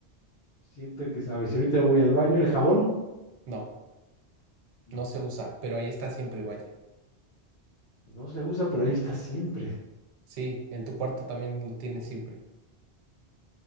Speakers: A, on the left; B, on the right.
A: siempre que, a ver, si ahorita voy al baño, el jabón,
B: no,
A: no,
B: no se usa, pero ahí está siempre, vaya.
A: no se usa, pero ahí está siempre.
B: Sí, en tu cuarto también lo tienes siempre.